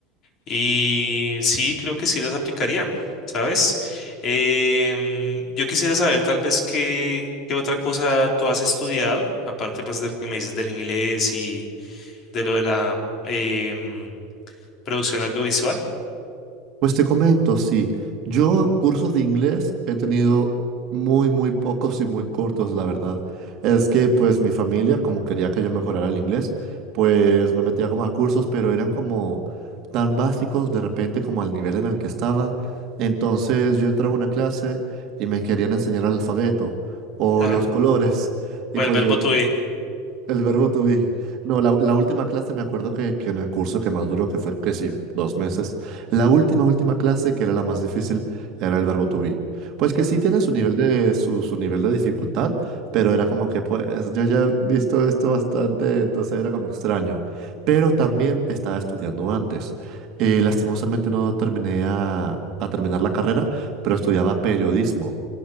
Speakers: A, on the left; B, on the right.
A: Y sí, creo que sí las aplicaría, ¿sabes? Em, yo quisiera saber tal vez qué, qué otra cosa tú has estudiado, aparte pues de lo que me dices del inglés y de lo de la em, producción audiovisual.
B: Pues te comento, sí. Yo cursos de inglés he tenido muy, muy pocos y muy cortos, la verdad. Es que pues mi familia, como quería que yo mejorara el inglés, pues me metía como a cursos, pero eran como tan básicos de repente como al nivel en el que estaba. Entonces yo entraba a una clase y me querían enseñar el alfabeto o
A: Ajá.
B: los colores.
A: O
B: Y
A: el
B: pues
A: verbo
B: yo
A: to be.
B: el verbo to be. No, la, la última clase me acuerdo que, que en el curso que más duró, que fue que sí, dos meses, la última, última clase, que era la más difícil, era el verbo to be. Pues que sí tiene su nivel de, su, su nivel de dificultad, pero era como que pues yo ya he visto esto bastante, entonces era como extraño. Pero también estaba estudiando antes. Eh, lastimosamente no terminé a, a terminar la carrera, pero estudiaba periodismo.